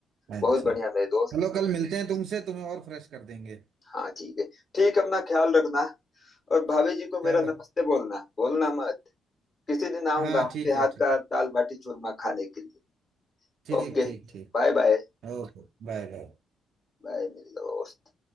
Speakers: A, on the right; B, on the left.
A: अच्छा
B: बहुत बढ़िया मेरे दोस्त
A: चलो कल मिलते हैं तुमसे तुम्हें और फ्रेश कर देंगे
B: हाँ ठीक है ठीक है, अपना ख्याल रखना और भाभी जी को मेरा
A: चलो
B: नमस्ते बोलना बोलना मत किसी दिन आऊंगा
A: हाँ
B: आपके
A: ठीक है
B: हाथ
A: ठीक
B: का दाल बाटी चूरमा खाने के लिए
A: ठीक
B: ओके
A: ठीक ठीक
B: Bye bye
A: Okay bye bye
B: बाय मेरे दोस्त